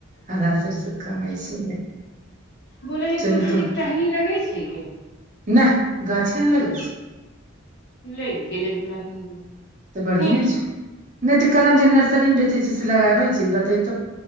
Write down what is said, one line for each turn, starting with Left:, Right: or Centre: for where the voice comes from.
Right: अधा सेर से
Left: हूं,
Right: कम ऐसे
Left: बोलै जे
Right: चल
Left: तुलसी
Right: तो
Left: जी के टहनी लगै छै गे?
Right: नहि गाछे ने लगै छै।
Left: लगि गेलै हमरा। कनि
Right: तऽ बढ़िए
Left: हँ
Right: छौ नहि तऽ कलम जे नर्सरी मे बेचे छै से लगाबे छै बतै